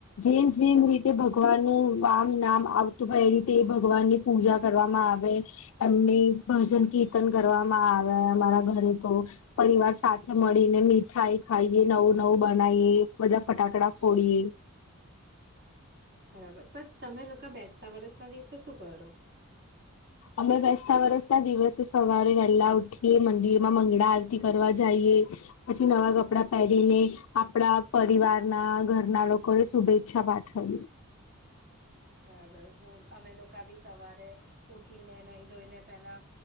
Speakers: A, on the left (about 65°); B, on the right (about 50°).
A: જેમ જેમ રીતે ભગવાનનુંું વામ નામ આવતું હોય એ રીતે એ ભગવાનને પૂજા કરવામાં આવે એમની ભજન કીર્તન કરવામાં આવે અમારા ઘરે તો પરિવાર સાથે મળીને મીઠાઈ ખાઈ નવું બનાવીએ બધા ફટાકડા ફોડીએ
B: બરાબર પ તમે લોકો બેસતા વરસના દિવસે શું કરો
A: અમે બેસતા વરસતા દિવસે સવારે વહેલા ઉઠીએ મંદિર માં મંગળા આરતી કરવા જઈએ પછી નવા કપડાં પહેરીને આપણા પરિવારના ઘરના લોકોને શુભેચ્છા પાઠવી
B: બરાબર હું અમે લોકો બી સવારે ઉઠીને નહીં ધોઈને પહેલા